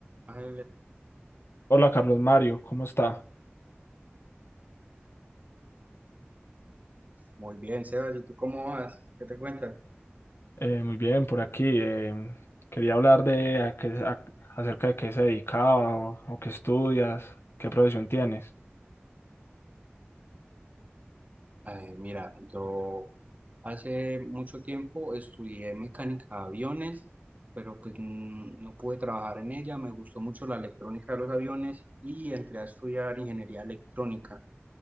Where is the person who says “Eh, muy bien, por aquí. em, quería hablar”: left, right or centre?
Left